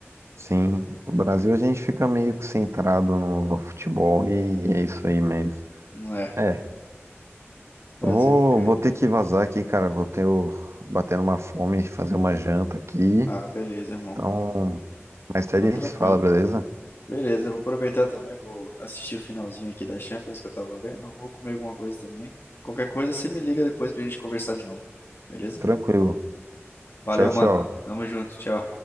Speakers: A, on the right; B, on the left.
A: sim, no Brasil a gente fica meio que centrado no, no futebol e é isso aí mesmo.
B: Não é.
A: É,
B: Fazer
A: vou,
B: o quê?
A: vou ter que vazar aqui, cara. Vou ter o- batendo uma fome, fazer uma janta aqui.
B: Ah, beleza, irmão.
A: Então, mais tarde
B: Não,
A: a
B: tranquilo.
A: gente se fala, beleza?
B: Beleza, eu vou aproveitar também, vou assistir o finalzinho aqui da Champions que eu tava vendo. Eu Vou comer alguma coisa também. Qualquer coisa, você me liga depois pra gente conversar de novo. Beleza?
A: Tranquilo.
B: Valeu,
A: Tchau, tchau.
B: mano. Tamo junto, tchau.